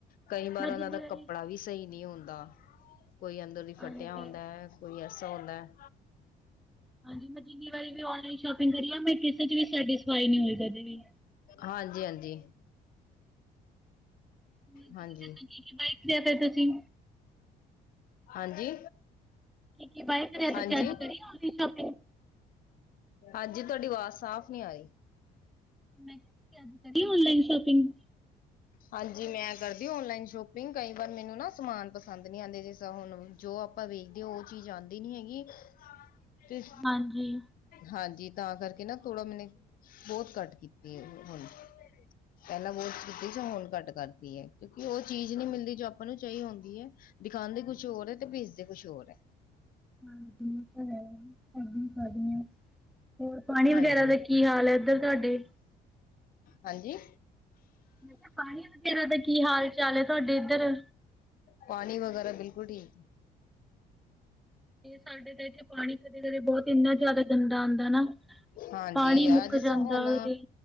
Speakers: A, on the left; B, in the centre.
A: ਕਈ ਵਾਰ,
B: ਮੈਂ
A: ਉਹਨਾਂ
B: ਜਿੰਨੀ
A: ਦਾ
B: ਵਾਰੀ
A: ਕੱਪੜਾ ਵੀ ਸਹੀ ਨਹੀਂ ਹੁੰਂਦਾ। ਕੋਈ, ਅੰਦਰ ਦੀ
B: ਹਾਂਜੀ
A: ਫੱਟਿਆ ਹੁੰਦਾ ਹੈ, ਕੋਈ ਐਸਾ ਹੁੰਦਾ ਹੈ
B: ਹਾਂਜੀ, ਮੈਂ ਜਿੰਨੀ ਵਾਰੀ ਵੀ ਔਨਲਾਈਨ ਸ਼ੋਪਿੰਗ ਪੀਦੰਰਿਆ ਮੈਂ ਕਿਸੇ ਚ ਵੀ ਸੈਟਿਸਫਾਈ ਨਹੀਂ ਹੋਈ ਕਦੇ ਵੀ।
A: ਹਾਂਜੀ ਹਾਂਜੀ।
B: ਹੋਰ ਤੁਸੀਂ
A: ਹਾਂਜੀ।
B: ਦੱਸੋ ਕੀ ਕੀ ਬਾਏ ਕਰਿਆ ਫਿਰ ਤੁਸੀਂ?
A: -ਹਾਂਜੀ
B: ਕੀ ਕੀ ਬਾਏ ਕਰਿਆ
A: ਹਾਂਜੀ।
B: ਤੁਸੀਂ ਅੱਜ ਕਰੀ ਔਨਲਾਈਨ ਸ਼ੋਪਿੰਗ?
A: ਅੱਜ ਤੁਆਡੀ ਵਾਜ਼ ਸਾਫ਼ ਨੀ ਆਈ।
B: ਮੈਂ ਕਿਆ ਸੀ। ਅੱਜ ਕਰੀਏ ਔਨਲਾਈਨ ਸ਼ੋਪਿੰਗ।
A: ਹਾਂਜੀ। ਮੈਂ ਕਰਦੀ ਓਨਲਾਈਨ ਸ਼ੋਪਿੰਗ, ਕਈ ਵਾਰ ਮੈਨੂੰ ਨਾ ਸਮਾਨ ਪਸੰਦ ਨੀ ਆਂਦੇ, ਜਿਸ ਤਰਾਂ ਹੁਣ ਜੋ ਆਪ- ਆਪਾਂ ਵੇਖਦੇ ਓ ਚੀਜ਼ ਆਂਦੀ ਨੀ ਹੈਗੀ। ਤੇ,
B: ਹਾਂਜੀ।
A: ਹਾਂਜੀ ਤਾਂ ਕਰਕੇ ਨਾ ਥੋੜਾ ਮੈਨੇ ਬੋਤ ਘੱਟ ਗੀ- ਹੁਣ, ਪੈਲਾਂ ਬੋਤ ਕੀਤੀ ਸੀ। ਹੁਣ ਘੱਟ ਕਰ- ਕਿਉਂਕਿ ਓ ਚੀਜ਼ ਨੀ ਮਿਲਦੀ ਜੋ ਆਪਾਂ ਨੂੰ ਚਾਈ ਹੁੰਦੀ ਏ। ਦਿਖਾਂਦੇ ਕੁਛ ਹੋਰ ਏ ਤੇ ਭੇਜਦੇ ਕੁਛ ਹੋਰ ਐ।
B: ਹਾਂਜੀ ਓ ਹੈ ਹੁਣ ਵੀ ਕਰ ਰਹੀ ਹਾ ਹੋਰ ਪਾਣੀ
A: ਹਾਂਜੀ
B: ਵਗੈਰੇ ਦਾ ਕੀ ਹਾਲ ਹੈ ਏਧਰ ਤਾਡੇ।
A: ਹਾਂਜੀ
B: ਮੈਂ ਕਿਆ ਪਾਣੀ ਵਗੈਰਾ ਦਾ ਕੀ ਹਾਲ ਚਾਲ ਏ ਤੁਆਡੇ ਏਧਰ।
A: ਪਾਣੀ ਵਗੈਰਾ ਬਿਲਕੁਲ ਠੀਕ।
B: ਸਾਡੇ ਤਾਂ ਏਥੇ ਪਾਣੀ ਕਦੇ ਕਦੇ ਬੋਤ ਏਨਾ ਜਾਦਾ ਗੰਦਾ ਆਂਦਾ ਨਾ।
A: ਹਾਂਜੀ
B: ਪਾਣੀ ਮੁੱਕ
A: ਅੱਜ
B: ਜਾਂਦਾ
A: ਤਾਂ ਹੁਣ।
B: ਉਹਦੇ